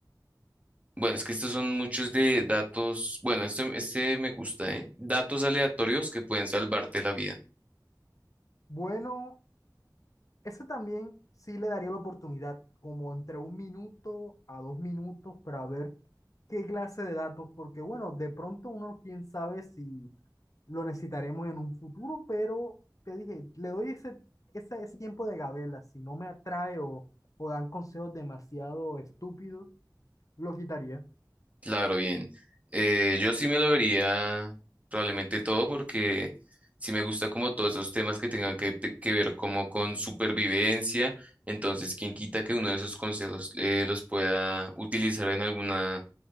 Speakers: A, on the right; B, on the left.
A: Bueno, es que estos son muchos de datos. Bueno, este, este me gusta, ¿eh? Datos aleatorios que pueden salvarte la vida.
B: Bueno, Ese también sí le daría la oportunidad, como entre un minuto a dos minutos, para ver qué clase de datos, porque bueno, de pronto uno quién sabe si lo necesitaremos en un futuro, pero te dije, le doy ese, ese, ese tiempo de gabela, si no me atrae o, o dan consejos demasiado estúpidos, lo quitaría.
A: Claro, bien. Eh, yo sí me lo vería probablemente todo porque sí me gusta como todos esos temas que tengan que, te- que ver como con supervivencia. Entonces, quién quita que uno de esos consejos eh, los pueda utilizar en alguna,